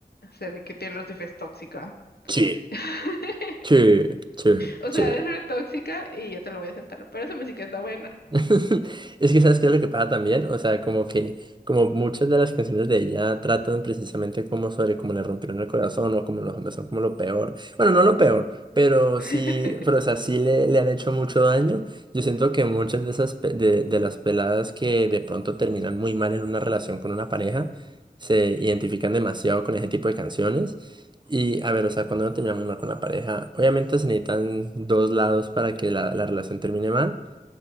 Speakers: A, on the left; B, on the right.
A: se ve que Taylor Swift es tóxica.
B: Sí.
A: <laughs>
B: Sí, sí,
A: O sea,
B: sí.
A: es re tóxica y yo te lo voy a aceptar. Pero esa música está buena.
B: <laughs> Es que sabes qué es lo que pasa también, o sea, como que como muchas de las canciones de ella tratan precisamente como sobre cómo le rompieron el corazón o como los hombres son como lo peor, bueno, no lo peor, pero
A: <laughs>
B: sí, pero o sea, sí le, le han hecho mucho daño. Yo siento que muchas de esas pe- de, de las peladas que de pronto terminan muy mal en una relación con una pareja, se identifican demasiado con ese tipo de canciones. Y a ver, o sea, cuando uno termina muy mal con la pareja, obviamente se necesitan dos lados para que la la relación termine mal.